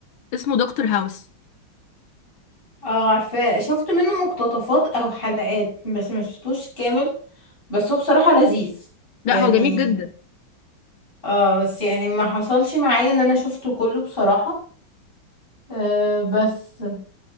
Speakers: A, on the left (about 85°); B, on the left (about 25°).
A: اسمه دكتور هاوس
B: اه عارفاه شفت منه مقتطفات او حلقات بس ما شفتوش كامل بس هو بصراحة لذيذ
A: لا
B: يعني
A: هو جميل جدا
B: اه بس يعني ما حصلش معايا ان انا شفته كله بصراحة آه بس